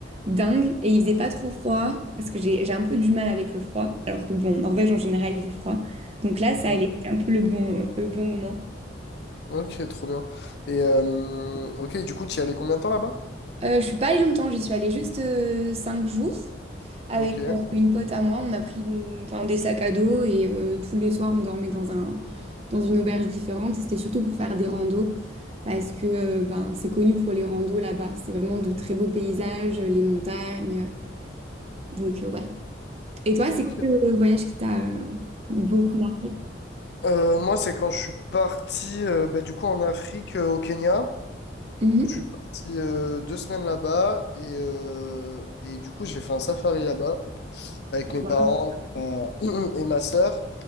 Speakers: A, on the right; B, on the left.
A: dingues et il faisait pas trop froid parce que j'ai j'ai un peu du mal avec le froid. Alors que bon, en Norvège en général il fait froid. Donc là, ça
B: Mm.
A: allait, c'était un peu le bon, le bon moment.
B: Ok, trop bien. Et euh, ok, du coup, tu y allais combien de temps là-bas?
A: Euh, je suis pas allée longtemps, j'y suis allée juste euh, cinq jours avec
B: Ok.
A: euh, une pote à moi. On a pris une- enfin, des sacs à dos et euh, tous les soirs on dormait dans un, dans une auberge différente. Et c'était surtout pour faire des randos. parce que euh, ben, c'est connu pour les randos là-bas. C'est vraiment de très beaux paysages, les montagnes. Donc, euh, ouais. Et toi,
B: Ok.
A: c'est quoi le voyage qui t'a euh, beaucoup marqué?
B: Euh, moi, c'est quand je suis parti euh, bah, du coup en Afrique, euh, au Kenya.
A: Mhm.
B: Je suis parti euh, deux semaines là-bas et, euh, et du coup, j'ai fait un safari là-bas. avec mes
A: Wow.
B: parents euh, <clears throat> et ma sœur.